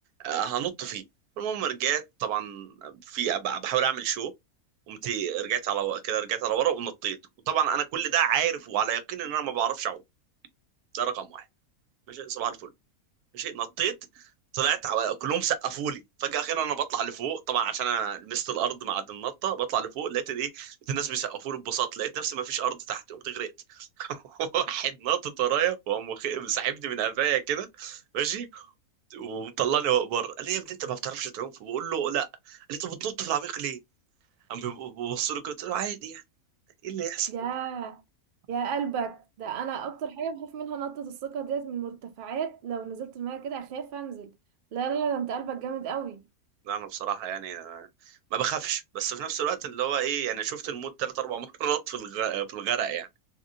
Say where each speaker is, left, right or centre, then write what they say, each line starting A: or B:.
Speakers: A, on the right; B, on the right.
A: آه، هنط فيه المهم رجعت طبعا في أب- بحاول اعمل شو قمت رجعت على ورا- كده رجعت على ورا ونطيت وطبعا انا كل ده عارف وعلى يقين ان انا ما بعرفش اعوم ده رقم واحد ماشي صباح الفل ماشي نطيت طلعت على- كلهم سقفوا لي فجأة كده انا بطلع لفوق طبعا عشان انا لمست الارض مع النطة بطلع لفوق لقيت الايه لقيت الناس بيسقفوا لي ببساطة لقيت نفسي ما فيش ارض تحت قمت غرقت <laughs> واحد ناطط ورايا وقام واخ- ساحبني من قفايا كده ماشي ومطلعني فوق بره قال لي يا ابني انت ما بتعرفش تعوم فبقول له لا قال لي طب بتنط في العميق ليه؟ قام بيبص له كده قلت له عادي يعني ايه اللي يحصل؟
B: يا يا قلبك ده انا اكتر حاجه بخاف منها نطه الثقه ديت من المرتفعات لو نزلت الميه كده اخاف انزل لا لا لا ده انت قلبك جامد قوي
A: لا انا بصراحه يعني آه، ما بخافش بس في نفس الوقت اللي هو ايه يعني شفت الموت ثلاث اربع <laughs> مرات في الغ... في الغرق يعني